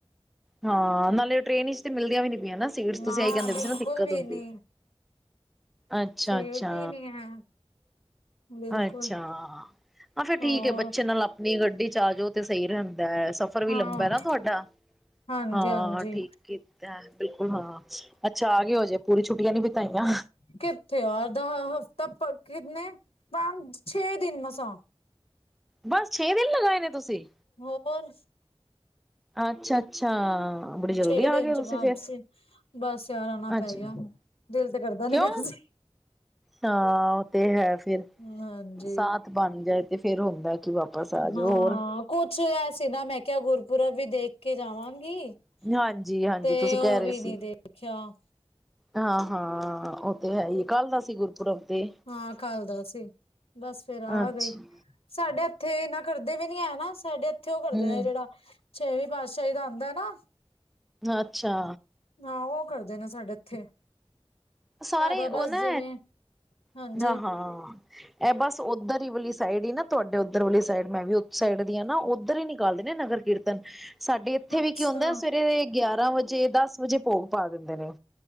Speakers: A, in the centre; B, on the left.
A: ਹਾਂ ਨਾਲੇ ਉਹ ਟ੍ਰੇਨ ਤੇ ਮਿਲਦੀਆਂ ਵੀ ਨੀ ਪਈਆਂ ਸੀਟਸ
B: ਨਾ
A: ਤੁਸੀਂ ਇਹੀ ਕਹਿੰਦੇ
B: ਬਿਲਕੁਲ
A: ਪਏ ਸੀ ਨਾ ਦਿੱਕਤ
B: ਵੀ
A: ਹੁੰਦੀ
B: ਨੀ
A: ਅੱਛਾ
B: ਸੀਟ
A: ਅੱਛਾ
B: ਹੀ ਨੀ ਹੈ ਬਿਲਕੁਲ
A: ਅੱਛਾ ਹਾਂ ਫਿਰ ਠੀਕ
B: ਹੋਰ
A: ਐ ਬੱਚੇ ਨਾਲ ਆਪ ਆਪਣੀ ਗੱਡੀ ਚ ਆਜੋ ਤੇ ਸਹੀ ਰਹਿੰਦਾ। ਸਫ਼ਰ ਵੀ
B: ਹਾਂ
A: ਲੰਬਾ ਨਾ ਤੁਹਾਡਾ
B: ਹਾਂਜੀ-ਹਾਂਜੀ
A: ਹਾਂ ਠੀਕ ਬਿਲਕੁਲ ਹਾਂ ਅੱਛਾ ਆ ਗੇ ਹੋ ਜੇ ਪੂਰੀ ਛੁੱਟੀਆਂ ਨੀ ਬਿਤਾਈਆਂ।
B: ਕਿੱਥੇ ਯਾਰ ਦਾ ਹਫ਼ਤਾ ਕਿਨੇ ਪੰਜ ਛੇ ਦਿਨ ਮਸਾ।
A: ਬਸ ਛੇ ਦਿਨ ਲਗਾਏ ਨੇ ਤੁਸੀਂ।
B: ਹੋਰ।
A: ਅੱਛਾ ਅੱਛਾ। ਬੜੀ ਜਲਦੀ
B: ਛੇ
A: ਆ
B: ਦਿਨ
A: ਗਏ
B: ਚ
A: ਤੁਸੀਂ
B: ਵਾਪਸੀ
A: ਫੇਰ
B: ਬਸ ਯਾਰਾਂ ਆਣਾ
A: ਅੱਛਾ
B: ਪੈ ਗਿਆ। ਦਿਲ ਤੇ ਕਰਦਾ ਨੀ
A: ਕਿਉਂ
B: ਪਿਆ ਸੀ।
A: ਹਾਂ ਉਹ ਤੇ ਹੈ ਫਿਰ
B: ਹਾਂਜੀ
A: ਸਾਥ ਬਣ ਜਾਏ ਤੇ ਫੇਰ ਹੁੰਦਾ। ਕਿ ਵਾਪਸ ਆ
B: ਹਾਂ,
A: ਜਾਓ ਹੋਰ
B: ਕੁਛ ਐ ਸੀ ਨਾ ਮੈਂ ਕਿਹਾ ਗੁਰਪੁਰਬ ਵੀ ਦੇਖ ਕੇ ਜਾਵਾਂਗੀ।
A: ਹਾਂਜੀ ਹਾਂਜੀ
B: ਤੇ
A: ਤੁਸੀਂ
B: ਓ
A: ਕਹਿ
B: ਵੀ
A: ਰਹੇ
B: ਨੀ
A: ਸੀ
B: ਦੇਖਿਆ।
A: ਹਾਂ ਹਾਂ ਉਹ ਤੇ ਹੈਈ ਕੱਲ ਦਾ ਸੀ ਗੁਰਪੁਰਬ ਤੇ
B: ਹਾਂ ਕੱਲ ਦਾ ਸੀ। ਬਸ ਫੇਰ ਆ
A: ਅੱਛਾ
B: ਗਈ। ਸਾਡੇ ਇੱਥੇ ਇਨਾ ਕਰਦੇ ਵੀ ਨੀ ਹੈ ਨਾ ਸਾਡੇ ਇੱਥੇ ਉਹ ਕਰਦੇ
A: ਹਮ
B: ਨੇ ਜਿਹੜਾ ਛੇਵੀ ਪਾਤਸ਼ਾਹੀ ਦਾ ਆਂਦਾ ਨਾ।
A: ਅੱਛਾ।
B: ਨਾ ਓ ਕਰਦੇ ਨੇ ਸਾਡੇ ਇੱਥੇ
A: ਸਾਰੇ
B: ਏਦਾ
A: ਉਹ
B: ਬਸ
A: ਨਾ
B: ਜਿਵੇਂ ਹਾਂਜੀ
A: <unintelligible> ਹਾਂ। ਏ ਬਸ ਉੱਧਰ ਈ ਵਾਲੀ ਸਾਈਡ ਹੀ ਨਾ ਤੁਹਾਡੇ ਉੱਧਰ ਵਾਲੀ ਸਾਈਡ ਮੈਂ ਵੀ ਓਸੇ ਸਾਈਡ ਦੀ ਆ ਨਾ ਉੱਧਰ ਹੀ ਨਿਕਾਲਦੇ ਨਗਰ ਕੀਰਤਨ। ਸਾਡੇ ਇੱਥੇ
B: ਅੱਛਾ।
A: ਵੀ ਕੀ ਹੁੰਦਾ ਸਵੇਰੇ ਗਿਆਰਾਂ ਵਜੇ ਦਸ ਵਜੇ ਭੋਗ ਪਾ ਦਿੰਦੇ ਨੇ।